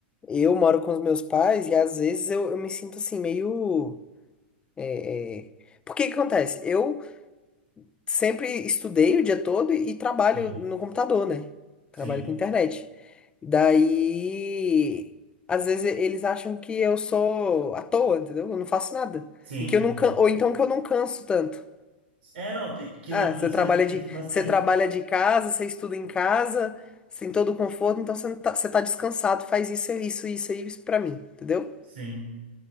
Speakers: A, on the left (about 15°); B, on the right (about 80°).
A: Eu moro com os meus pais e às vezes eu, eu me sinto assim, meio. É, é... Porque que que acontece? Eu sempre estudei o dia todo e, e trabalho
B: sim,
A: no computador, né?
B: sim,
A: Trabalho com internet. Daí. Às vezes e- eles acham que eu sou à toa, entendeu? Eu não faço nada.
B: sim,
A: E que eu não
B: sim.
A: can... Ou então que eu não canso tanto.
B: É, não, tem- que
A: Ah,
B: não cansa,
A: você trabalha
B: eles pensam
A: de,
B: bastante.
A: você trabalha de casa, você estuda em casa, você tem todo o conforto, então você, não tá, você tá descansado, faz isso, isso, isso, isso pra mim, entendeu?
B: Sim,